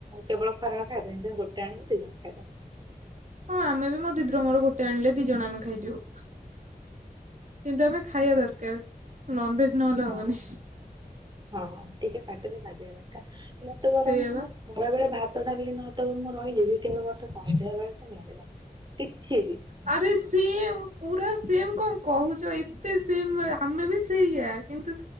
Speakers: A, on the right; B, on the right.
A: କେବଳ ଖରା ବେଳେ ଖାଇବା ପାଇଁ ତେଣୁ ଗୋଟେ ଆଣୁ ଦି ଜଣ ଖାଇଦଉ।
B: ହଁ ଆମେ ବି ମୋ ଦିଦି ର ମୋର ଗୋଟେ ଆଣିଲେ ଦି ଜଣ ଆମେ ଖାଇଦଉ। କିନ୍ତୁ ଏବେ ଖାଇବା ଦରକାର୍ ନନ୍ ଭେଜ୍ ନହେଲେ ହବନି।
A: ହଁ ହଁ ଟିକେ ପାଟିରେ ବାଜିବା ଦରକାର୍ ମତେ ବରଂ
B: ସେଇଆ
A: ତୁମେ
B: ବା।
A: ଖରାବେଳେ ଭାତ ଡାଲିି ନ ଦବ ମୁଁ ରହିଯିବି କିନ୍ତୁ ମତେ ସନ୍ଧ୍ୟା ବେଳଟା ନିହାତି ଦରକାର୍। କିଛି ବି।
B: ଆରେ ସେମ୍ ପୁରା ସେମ୍ କଣ କହୁଚ ଏତେ ସେମ୍ ଆମେ ବି ସେଇଆ। କିନ୍ତୁ